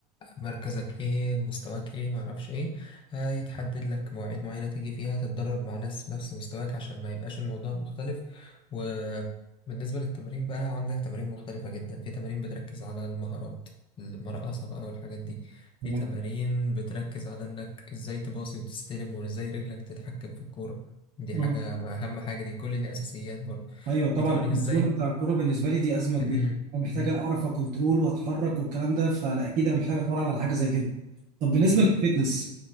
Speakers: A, on the left (about 25°); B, on the right (about 40°).
A: مركزك ايه مستواك ايه معرفش ايه هيتحدد لك مواعيد معينة تيجي فيها تتدرب مع ناس نفس مستواك عشان ما يبقاش الموضوع مختلف وبالنسبة للتمارين بقى عندك تمارين مختلفة جدا في تمارين بتركز على المهارات المرقصة بقى والحاجات دي في
B: تمام
A: تمارين بتركز على انك ازاي تباصي وتستلم وازاي رجلك تتحكم في الكورة دي
B: مم.
A: حاجة ما أهم حاجة دي كل دي أساسيات برضه
B: ايوه طبعا
A: في تمارين
B: الكنترول
A: إزاي
B: بتاع الكوره بالنسبه لي دي ازمه كبيره
A: م- م-
B: انا محتاج
A: م.
B: اعرف اكنترول واتحرك والكلام ده فاكيد انا محتاج اتمرن على حاجه زي كده طب بالنسبه
A: أكيد
B: للفتنس